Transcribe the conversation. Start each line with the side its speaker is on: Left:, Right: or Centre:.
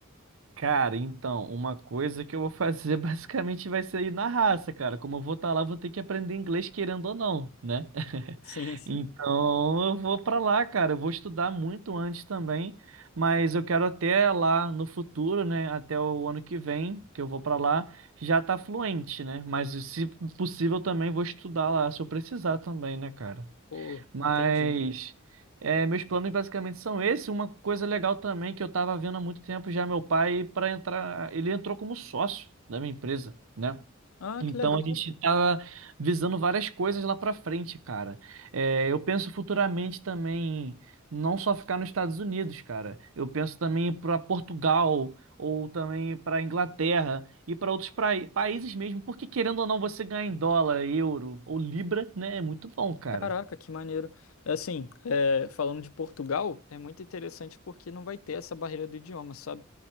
Right: Cara, então, uma coisa que eu vou fazer <laughs> basicamente vai ser ir na raça, cara. Como eu vou estar lá, eu vou ter que aprender inglês querendo ou não, né? <laughs>
Left: Sim, sim.
Right: Então, eu vou pra lá, cara. Eu vou estudar muito antes também, mas eu quero até lá no futuro, né? Até o ano que vem, que eu vou pra lá, já tá fluente, né? Mas se possível também vou estudar lá se eu precisar também, né, cara?
Left: Pô,
Right: Mas
Left: entendi.
Right: é, meus planos basicamente são esses. Uma coisa legal também que eu estava vendo há muito tempo já meu pai para entrar, ele entrou como sócio da minha empresa, né?
Left: Ah,
Right: Então
Left: que legal.
Right: a gente estava visando várias coisas lá para frente, cara. É, eu penso futuramente também não só ficar nos Estados Unidos, cara. Eu penso também para Portugal ou também para Inglaterra e para outros prai- países mesmo, porque querendo ou não você ganhar em dólar, euro ou libra, né? É muito bom, cara.
Left: Caraca, que maneiro. É Assim, é, falando de Portugal, é muito interessante porque não vai ter essa barreira do idioma, sabe?